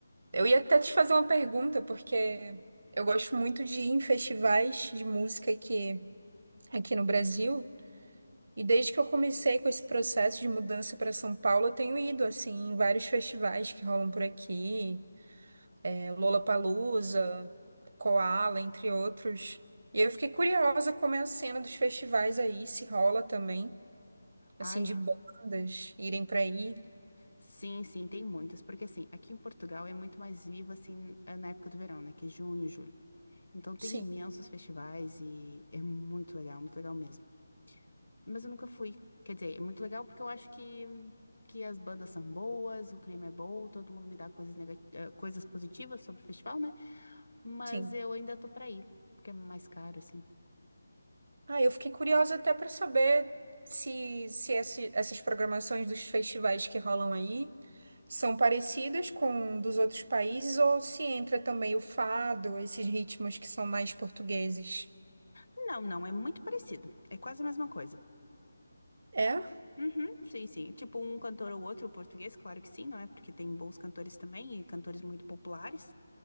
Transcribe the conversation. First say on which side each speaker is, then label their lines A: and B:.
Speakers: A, on the right; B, on the left.
A: Eu ia até te fazer uma pergunta, porque eu gosto muito de ir em festivais de música aqui, aqui no Brasil. E desde que eu comecei com esse processo de mudança para São Paulo, eu tenho ido assim em vários festivais que rolam por aqui, é, Lollapalooza, Koala, entre outros. E eu fiquei curiosa como é a cena dos festivais aí, se rola também, assim,
B: Ai,
A: de bandas irem para aí.
B: sim, sim, tem muitas. Porque assim, aqui em Portugal é muito mais vivo, assim, ah, na época do verão, né? Que é junho, julho. Então tem
A: Sim,
B: imensos festivais e é muito legal, muito legal mesmo. mas eu nunca fui. Quer dizer, é muito legal porque eu acho que, que as bandas são boas, o clima é bom, todo mundo me dá coisas, nega- eh, coisas positivas sobre o festival, né? Mas
A: sim.
B: eu ainda tô pra ir, porque é mais caro, assim.
A: Ah, eu fiquei curiosa até para saber se, se esse- essas programações dos festivais que rolam aí são parecidas com dos outros países ou se entra também o fado, esses ritmos que são mais portugueses.
B: Não, não, é muito parecido. É quase a mesma coisa.
A: É?
B: Uhum, sim, sim. Tipo um cantor ou outro português, claro que sim, não é? Porque tem bons cantores também e cantores muito populares.